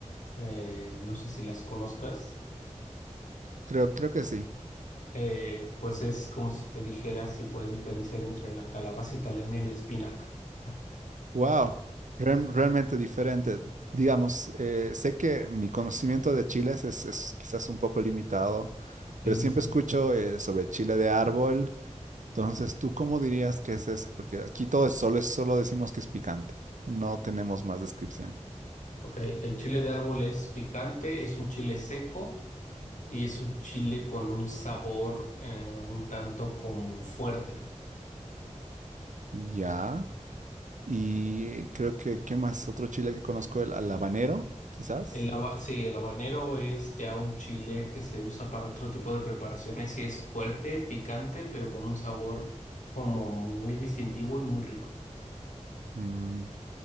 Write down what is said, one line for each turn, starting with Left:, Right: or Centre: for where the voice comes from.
Left: eh, no sé si las conozcas,
Right: creo, creo que sí.
Left: eh, pues es como si te dijera si puedes diferenciar entre la calabaza italiana y la espinaca. <clears throat>
Right: Wow, realmente diferente. Digamos, eh, sé que mi conocimiento de chiles es, es quizás un poco limitado, pero
Left: Sí,
Right: siempre
Left: sí, sí.
Right: escucho eh, sobre chile de árbol. Entonces, ¿tú cómo dirías que es ese? Porque aquí todo es solo, es solo decimos que es picante. No tenemos más descripción.
Left: Ok, el chile de árbol es picante, es un chile seco y es un chile con un sabor eh, un tanto como fuerte.
Right: Ya. Y eh, creo que, ¿qué más? Otro chile que conozco, el al habanero, quizás.
Left: El haba- sí, el habanero es ya un chile que se usa para otro tipo de preparaciones y es fuerte, picante, pero con un sabor como muy distintivo y muy rico.
Right: Mm,